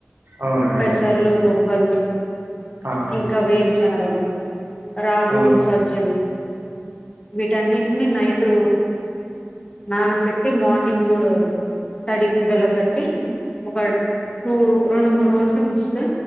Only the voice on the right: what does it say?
అవునండి
ఆ
అవును